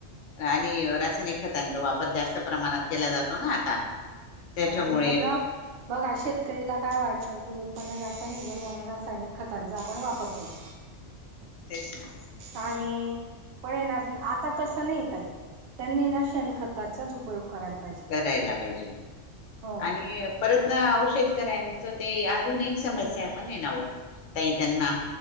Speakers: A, on the left (about 80°); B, on the right (about 60°).
A: आणि रासायनिक खतांचा वापर जास्त प्रमाणात केला जातो ना आता त्याच्यामुळे
B: आणि उत्पन्न बघा शेतकरीला काय वाटतात. ते उत्पन्न जास्त निघेल म्हणून रासायनिक खतांचा आपण वापर करू.
A: तेच ना
B: आणि पण ये ना आता तस नाही तई त्यांनी ना शेणखताचाच उपयोग करायला पाहिजे.
A: करायला पाहिजे,
B: हो.
A: आणि परत ना औषध शेतकऱ्यांच ते अजून एक समस्या पण येणार आहोतही त्यांना